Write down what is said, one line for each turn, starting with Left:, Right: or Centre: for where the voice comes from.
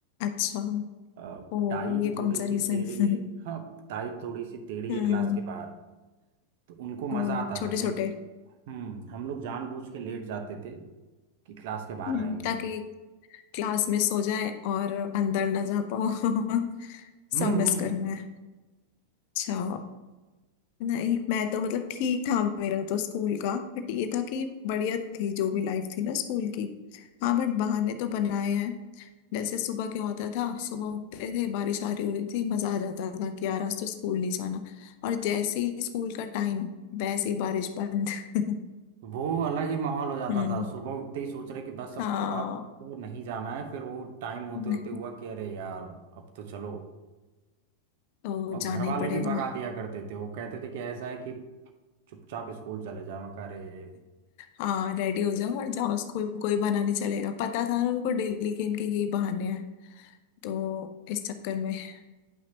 Left: अच्छा
Right: अ,
Left: ओ
Right: टाई
Left: ये
Right: थोड़ी
Left: कौन
Right: सी
Left: सा रीजन
Right: टेढ़ी
Left: <laughs>
Right: है हाँ टाई थोड़ी सी टेढ़ी
Left: हम्म
Right: है क्लास के बाहर तो उनको मजा
Left: ओ
Right: आता
Left: छोटे
Right: था तो
Left: छोटे
Right: हम्म हम लोग जानबूझ के लेट जाते थे कि क्लास के बाहर
Left: हम्म
Right: रहेंगे
Left: ताकि क्लास मिस हो जाए और अंदर ना जा पाओ <laughs>
Right: हम्म
Left: सब मिस
Right: हम्म
Left: करना है अच्छा नहीं मैं तो मतलब ठीक था मेरा तो स्कूल का बट ये था कि बढ़िया थी जो भी लाइफ थी ना स्कूल की हाँ बट बहाने तो बनाए हैं जैसे सुबह क्या होता था सुबह उठते थे बारिश आ रही हो रही थी मजा आ जाता था कि यार आज तो स्कूल नहीं जाना और जैसे ही स्कूल का टाइम वैसे ही बारिश बंद <laughs>
Right: वो अलग ही माहौल हो जाता
Left: हम्म
Right: था सुबह उठते ही सोच रहे कि बस अब
Left: हाँ
Right: अब तो नहीं जाना है फिर वो टाइम होते
Left: नहीं
Right: होते हुआ कि अरे यार अब तो चलो
Left: तो
Right: और घर
Left: जाना
Right: वाले
Left: ही पड़ेगा
Right: भी भगा दिया करते थे वो कहते थे कि ऐसा है कि चुपचाप स्कूल चले जाओ मैं कहा, अरे
Left: हाँ रेडी हो जाओ और जाओ स्कूल कोई बहाना नहीं चलेगा पता था ना उनको डेली के इनके यही बहाने हैं तो इस चक्कर में <laughs>